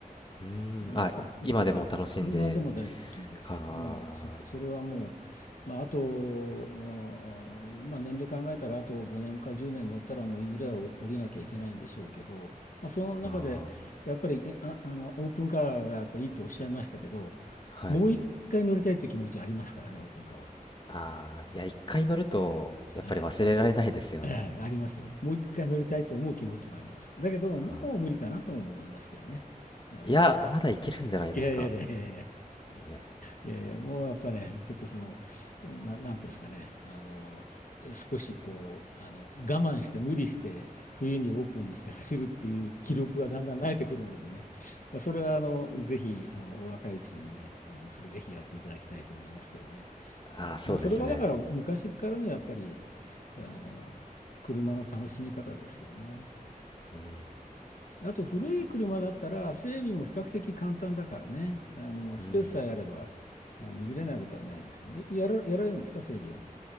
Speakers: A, on the left; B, on the left.
A: うーん、
B: あの、
A: あ、
B: やっぱもうい今でも大好きです。
A: 今でも楽しんで、は
B: もうそこ、それはもう、まあ、あと、うんまあ、年齢考えたらあと5年か10年乗ったらもういずれは降りなきゃいけないんでしょうけど、まあ、その中でやっぱりあ、
A: あ、あー
B: あのオープンカーがやっぱいいとおっしゃいましたけど、
A: はい。
B: もう一回乗りたいという気持ちありますからね、オープンカーは。
A: ああ、いや、一回乗ると、やっぱり忘れられないですよね。
B: はい、はいありますよ。もう一回乗りたいと思う気持ちもあります。だけど、もう無理かなとも思いますけどね。
A: は
B: あの、
A: いや、まだいけるんじゃないですか
B: いやいやいやいやいや。
A: いや、
B: いやいや、もうやっぱね、ちょっとその、な、なんていうんですかね、あの、少しこう、あの、我慢して無理して、冬にオープンにして走るっていう気力がだんだん慣れてくるのでね、まあ、それはあの、ぜひ、あの、お若いうちにね、あの、それぜひやっていただきたいと思いますけどね。
A: ああ、
B: はい、
A: そうですね。
B: まあ、それがだから昔からのやっぱり、あの、車の楽しみ方ですよね。
A: うーん、
B: あと古い車だったら整備も比較的簡単だからね。あのスペスさえあればあのいじれないことはないですよね。
A: うーん。
B: やるやられるんですか整備は？